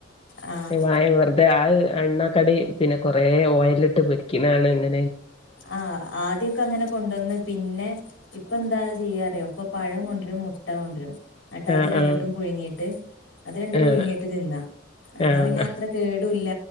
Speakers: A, on the left; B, on the left.
A: ആഹ്
B: വാങ്ങി വെറുതെ അഹ് എണ്ണാ കടി പിന്നെ കൊറേ ഓയലിട്ട് പൊരിക്കിണെആണ്ന്ന്
A: ആഹ ആദ്യൊക്കെ അങ്ങനെ കൊണ്ടന്ന് പിന്നെ ഇപ്പ എന്താ ചെയ്യാറിയോ ഇപ്പൊ പഴം കൊണ്ട്രും മുട്ട കൊണ്ട്രും അൻട്ട്
B: ആഹ്
A: അത് രണ്ട്ട്ട്
B: ആഹ്
A: പുഴുങ്ങിട്ട് അത് രണ്ടും
B: ആഹ്
A: പുഴുങ്ങിട്ട് തിന്ന എന്നാ
B: ആഹ്
A: പിന്നെ അത്ര കേടുല്ല